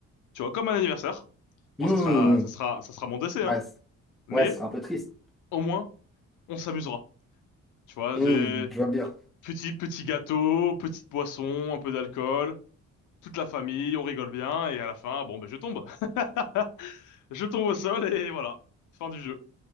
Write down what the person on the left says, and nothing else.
tu vois, comme un anniversaire. Bon,
ça sera, ça sera, ça sera mon décès,
hein.
Mais
au moins, on s'amusera. Tu vois,
j'ai
bon, petit petit gâteau, petite boisson, un peu d'alcool, toute la famille, on rigole bien et à la fin, bon ben je tombe. <laughs> Je tombe au sol et voilà, fin du jeu.